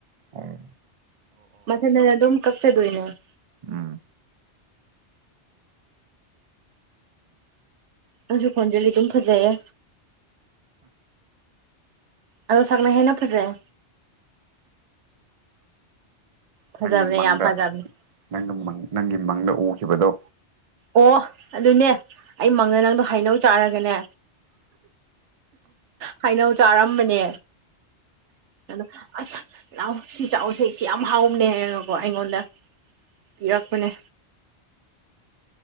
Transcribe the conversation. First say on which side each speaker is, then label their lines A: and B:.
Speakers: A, on the right (about 60°); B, on the right (about 80°).
A: ꯎ
B: ꯃꯊꯟꯗ ꯑꯗꯨꯝ ꯀꯛꯆꯗꯣꯏꯅꯦ ꯎꯝ
A: ꯎꯝ
B: ꯑꯁꯨ ꯈꯣꯟꯖꯜꯂꯤ ꯑꯗꯨꯝ ꯐꯖꯩꯌꯦ ꯑꯗꯣ ꯁꯛꯅꯍꯦꯅ ꯐꯖꯩ ꯐꯖꯕꯅꯦ
A: ꯅꯪꯒꯤ ꯃꯪꯗ
B: ꯌꯥꯝ ꯐꯖꯕꯅꯦ
A: ꯅꯪꯒꯤ ꯃꯪ ꯅꯪꯒꯤ ꯃꯪꯗ ꯎꯈꯤꯕꯗꯣ
B: ꯑꯣ ꯑꯗꯨꯅꯦ ꯑꯩ ꯃꯪꯉ ꯅꯪꯗꯣ ꯍꯥꯏꯅꯧ ꯆꯥꯔꯒꯅꯦ ꯍꯥꯏꯩꯅꯧ ꯆꯥꯔꯝꯕꯅꯦ ꯑꯗꯣ ꯑꯁ ꯂꯥꯛ ꯁꯤ ꯆꯥꯎꯁꯦ ꯁꯤ ꯌꯥꯝ ꯍꯥꯎꯕꯅꯦ ꯍꯥꯏꯀꯣ ꯑꯩꯉꯣꯟꯗ ꯄꯤꯔꯛꯄꯅꯦ